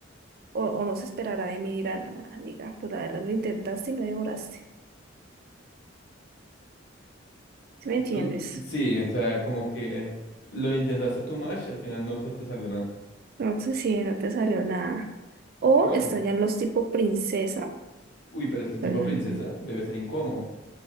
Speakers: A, on the right (about 50°); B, on the left (about 60°).
A: o, o no se esperará de mí, dirán, "Ah, amiga, pues la verdad lo intentaste y no devoraste, ¿sí me entiendes?
B: tú, sí, o sea, como que lo intentaste too much y al final no se te salió nada.
A: No sé si no te salió nada. O
B: Pero bueno,
A: estarían los tipo princesa,
B: uy, pero es que un
A: pero-
B: tipo de
A: Ujú.
B: princesa debe ser incómodo.